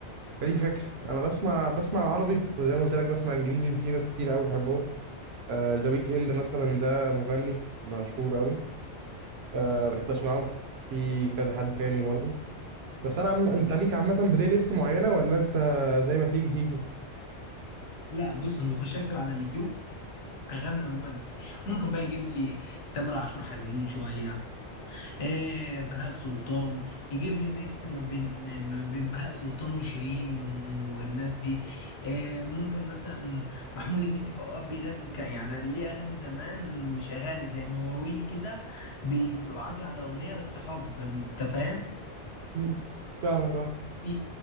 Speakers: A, on the right; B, on the left.
A: فدي فكرة انا بسمع بسمع عربي وزي ما قلت لك بسمع انجليزي في ناس كتير قوي بحبهم ذا ويك اند مثلا ده مغني مشهور قوي آه بحب اسمعه في كذا حد تاني برضه بس انا عم... انت ليك عامة بلاي ليست معينة ولا انت زي ما تيجي تيجي
B: لا بص انا بخش اكتب على اليوتيوب اغاني رومانسي ممكن بقى يجيب لي تامر عاشور حزين شويه إيه بهاء سلطان يجيب لي ميكس ما بين ما بين بهاء سلطان وشيرين والناس دي إيه ممكن مثلا محمود الليثي في اوقات بيغني ك- يعني ليه اغاني زمان مش اغاني زي مواويل كده بتبقى عازي على اغنيه بس حب انت فاهم
A: مم. فاهمك اه
B: في-